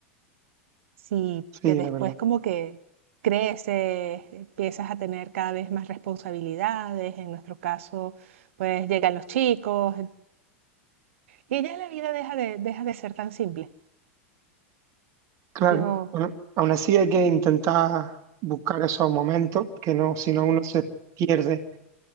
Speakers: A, on the right; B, on the right.
A: sí,
B: Sí,
A: que después
B: la verdad.
A: como que creces, empiezas a tener cada vez más responsabilidades. En nuestro caso, pues llegan los chicos y ya la vida deja de, deja de ser tan simple.
B: Claro.
A: Yo,
B: Bueno, aún así hay que intentar buscar esos momentos, que no, si no uno se pierde